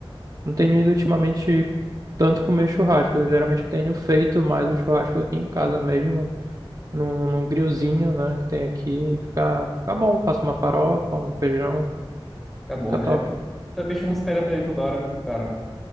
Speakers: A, on the right (about 40°); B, in the centre.
A: não tenho ido ultimamente tanto comer churrasco. Eu geralmente tenho feito mais o churrasco aqui em casa mesmo, num, num grillzinho, né, que tem aqui. Fica, fica bom, faço uma farofa, um feijão,
B: Acabou,
A: fica
B: né?
A: top.
B: É de- Também churrascaria tá aí toda hora é muito caro, né?